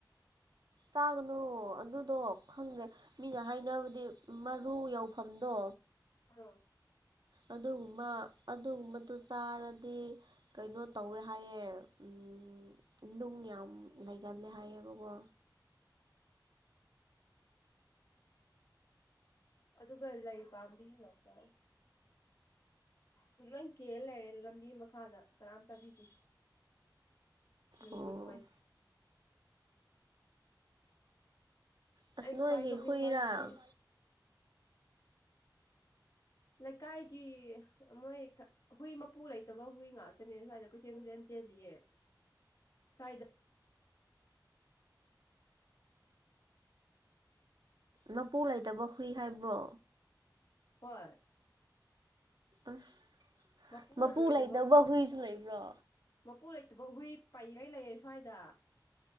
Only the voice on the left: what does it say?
ꯎꯝ
ꯑꯗꯨꯒ ꯂꯩ ꯄꯥꯝꯕꯤ ꯉꯥꯛꯇ ꯇꯨ ꯂꯣꯏ ꯀꯦꯜ ꯂꯩꯔꯦ ꯂꯝꯕꯤ ꯃꯈꯥꯗ ꯀꯅꯥꯝ ꯆꯥꯕꯤꯗꯦ ꯅꯨꯡꯕꯨ
ꯅꯨꯡꯉꯥꯏꯇꯦ
ꯑꯩ
ꯈ꯭ꯋꯥꯏ ꯅꯣꯛꯅꯤꯡꯕ
ꯉꯁꯤ ꯂꯩꯀꯥꯏꯒꯤ ꯃꯣꯏ ꯍꯨꯏ ꯃꯄꯨ ꯂꯩꯇꯕ ꯍꯨꯏ ꯉꯥꯛꯇꯅꯦ ꯁꯋꯥꯏꯗ ꯀꯁꯦꯟ ꯀꯁꯦꯟ ꯆꯦꯟꯂꯤꯌꯦ ꯁꯋꯥꯏꯗ
ꯍꯣꯏ
ꯃꯄꯨꯅ
ꯂꯣꯏꯗꯕ
ꯍꯨꯏ
ꯃꯄꯨ ꯂꯩꯇꯕ ꯍꯨꯏ ꯄꯩꯒꯩ ꯂꯩꯌꯦ ꯁ꯭ꯋꯥꯏꯗ